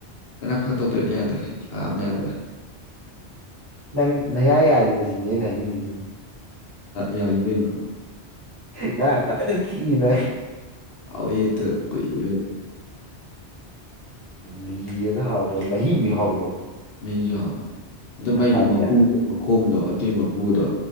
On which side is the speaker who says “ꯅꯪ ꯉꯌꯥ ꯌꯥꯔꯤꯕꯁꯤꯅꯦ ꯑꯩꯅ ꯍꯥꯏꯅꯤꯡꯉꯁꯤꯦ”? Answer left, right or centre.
Right